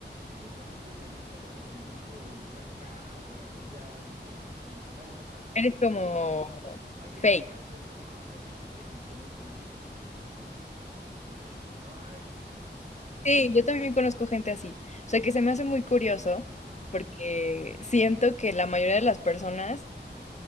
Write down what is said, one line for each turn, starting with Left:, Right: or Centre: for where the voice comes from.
Right: únicamente me gustan los atributos de acá o de acullá de tal persona. No, o sea,
Left: Eres como
Right: Cool. hay
Left: fake.
Right: gente que hace eso, ajá, o sea, hay gente que, y conozco muchos chicos que es como de que, sí, si no hay, pues, ah,
Left: Sí, yo también conozco gente así. O sea, que se me hace muy curioso
Right: no.
Left: porque siento que la mayoría de las personas